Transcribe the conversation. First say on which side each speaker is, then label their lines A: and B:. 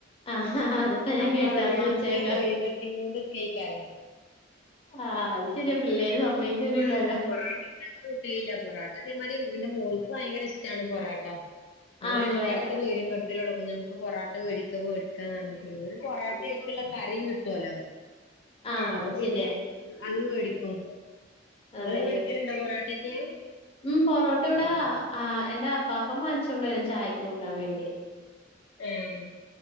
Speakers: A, on the left; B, on the left.
A: ആഹ് അതിപ്പോ ഞാൻ
B: അപ്പൊ
A: കേട്ടായിരുന്നു
B: അവര് ഇങ്ങെനെ
A: ഒച്ചയൊക്കെ
B: സ്വയ്ര്യം കെടുത്തികൊണ്ടേക്കാരം
A: ആഹ് അത് ശരിയാ പിള്ളേര് സമ്മയിച്ചരുലല്ലോ?
B: അപ്പം ആഹ് അപ്പൊ പൊറാട്ട കയില്ല പൊറട്ട ഇതേമാതിരി എന്റെ മോൾക്ക് ഭയങ്കര ഇഷ്ടമാണ് പൊറോട്ട ഓല്
A: ആണല്ലേ
B: എടക്കെടക്ക് സ്വര്യം കെടുത്തലൊടങ്ങും നമുക്ക് പൊറട്ട മേടിക്കാ മേടിക്കാന്ന് പറഞ് പൊറാട്ട ആയിക്കുള്ള കറിയും കിട്ടുല്ലോ
A: ആഹ്
B: അപ്പൊ
A: അത്
B: പിന്നെ
A: ശരിയാ
B: അത് മേടിക്കും
A: അതെ
B: നിങ്ങള് മേടിക്കലുണ്ടോ പൊറാട്ടക്കെ?
A: ഉം പൊറോട്ട ഇവ്ടെ ആഹ് എന്റെ അപ്പാപ്പൻ വാങ്ങിച്ചോണ്ട് വരും ചായക്ക് കൂട്ടാൻ വേണ്ടി.
B: ഏഹ്